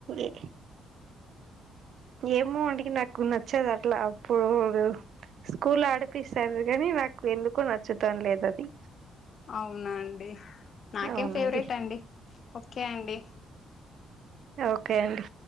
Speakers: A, on the right; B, on the left.
A: ఏ ఏమో వడికి నాక్కున్న నచ్చేది అట్లా అప్పుడు స్కూల్ల ఆడిపిస్తారు గాని నాకు ఎందుకు నచ్చుతం లేదు అది
B: అవునా అండి నాకేం
A: అవునండి
B: ఫేవరెట్ అండి ఓకే అండి
A: ఓకే అండి